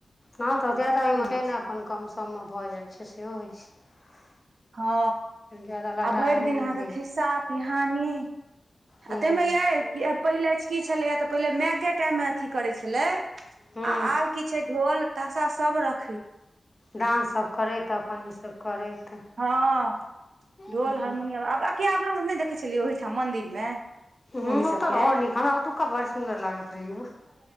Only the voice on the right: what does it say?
से होइ
हँ
आ भरि
दिन अहाँके
खिस्सा पिहानी
आ तइमे यह पहिले की छलैए तऽ पहिले मायके टाइममे अथी करै छलै आ
आब की छै ढोल पाशा सब रख
हँ ढोल
हारमुनियम आबकिया अपना सब नय देखै छलियै ओहिठाम मंन्दिर मे
मौगी
सबके